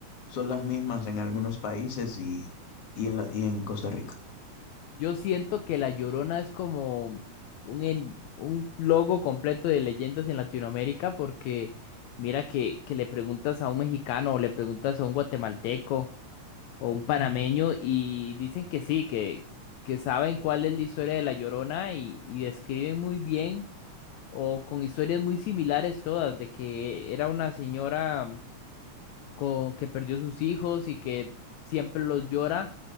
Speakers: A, on the left (about 55°); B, on the left (about 75°).
A: son las mismas en algunos países y, y en la- y en Costa Rica.
B: Yo siento que La Llorona es como un, en- un logo completo de leyendas en Latinoamérica porque mira que, que le preguntas a un mexicano o le preguntas a un guatemalteco o un panameño y dicen que sí, que, que saben cuál es la historia de La Llorona y, y describen muy bien o con historias muy similares todas, de que era una señora co- que perdió sus hijos y que siempre los llora.